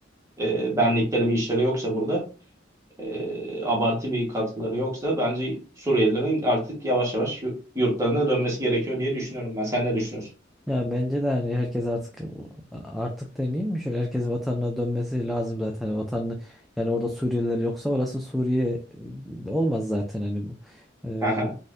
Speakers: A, on the right; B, in the centre.
A: e, benlikleri bir işleri yoksa burada e, abartı bir katkıları yoksa bence Suriyelilerin artık yavaş yavaş yu- yurtlarına dönmesi gerekiyor diye düşünüyorum ben. Sen ne düşünüyorsun?
B: Ya bence de hani herkes artık artık demeyeyim mi? Şöyle herkes vatanına dönmesi lazım zaten. Vatanını yani orada Suriyeliler yoksa orası Suriye e, olmaz zaten hani bu. Ee,
A: <laughs> Aha,